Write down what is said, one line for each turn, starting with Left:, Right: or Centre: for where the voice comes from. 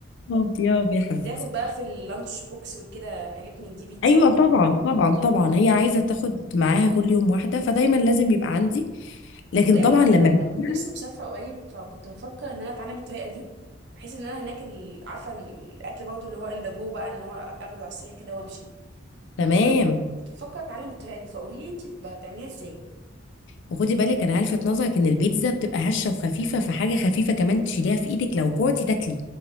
Left: يا يا حبيبتي
Right: بتاخد بقى في اللانش بوكس وكده حاجات من دي بيتزا
Left: ايوه
Right: وكده
Left: طبعا طبعا طبعا هي عايزه تاخد معاها كل يوم واحده فدايما لازم يبقى عندي لكن
Right: تصدقي
Left: طبعا
Right: والله
Left: لما
Right: انا انا
Left: بيبقى-
Right: كنت لسه مسافره قريب فكنت بفكر ان انا اتعلم الطريقه دي بحيث ان انا هناك ال- عارفه إن الاكل برضه اللي هو ان ذا جو بقى ان هو اخده على السريع كده وامشي
Left: تمام
Right: كنت بفكر اتعلم الطريقه دي فقولي لي انت بتعمليها ازاي
Left: وخدي بالك انا هلفت نظرك ان البيتزا بتبقى هشه وخفيفه فحاجه خفيفه كمان تشيليها في ايدك لو جوعتي تاكلي